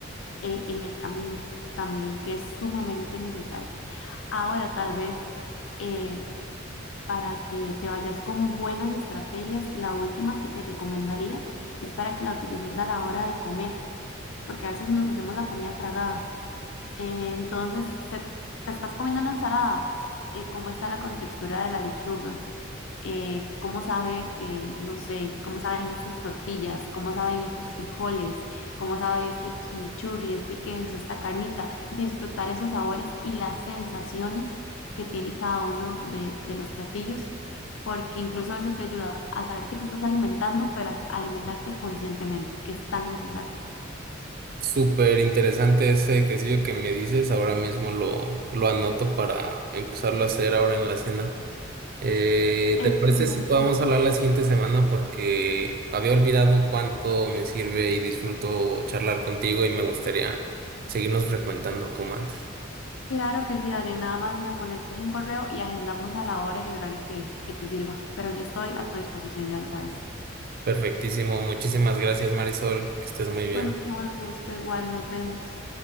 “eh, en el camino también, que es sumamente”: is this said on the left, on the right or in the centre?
Left